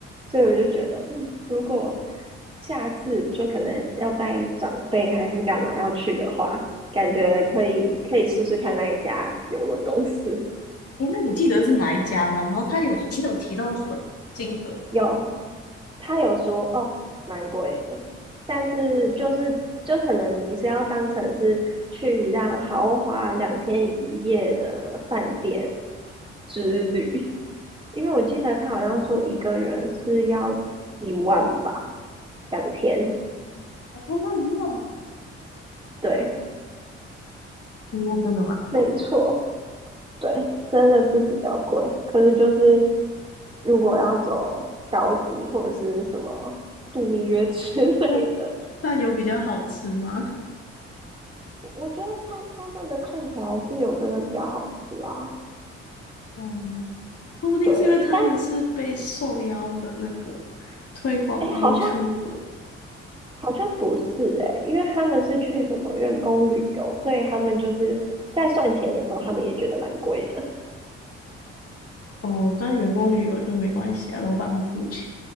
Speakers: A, on the right (about 15°); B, on the left (about 45°).
A: 所以我就觉得，嗯，如果下次就可能要带长辈还是干嘛要去的话，感觉可以可以试试看那一家邮轮公司。
B: 诶，那你记得是哪一家吗？然后他有也有提到什么金额？
A: <laughs> 有，他有说哦，蛮贵的，但是就是就可能你是要当成是去一趟豪华两天一夜的饭店，之旅。因为我记得他好像说一个人是要一万吧，两天。
B: 我跟他一万，
A: 对，
B: 嗯那真的蛮贵的。
A: 没错，对，真的是比较贵。可是就是如果要走高级或者是什么度蜜月 <laughs> 之类的，
B: 那饭有比较好吃吗？
A: 我觉得看他们的看起来是有真的比较好吃啊。
B: 嗯，说不定是因为他们是被受邀的那个
A: 对，但
B: 推广的
A: 哎，诶好像
B: YouTuber
A: 好像不是哎，因为他们是去什么员工旅游，所以他们就是在算钱的时候，他们也觉得蛮贵的。
B: 哦，但员工旅游就没关系啊，老板会付钱。